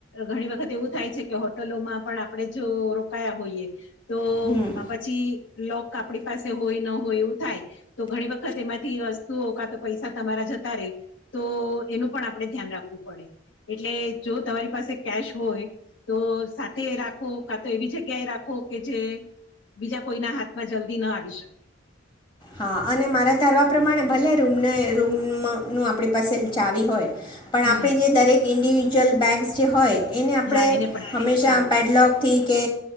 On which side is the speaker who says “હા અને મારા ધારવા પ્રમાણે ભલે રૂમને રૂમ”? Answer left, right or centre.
Left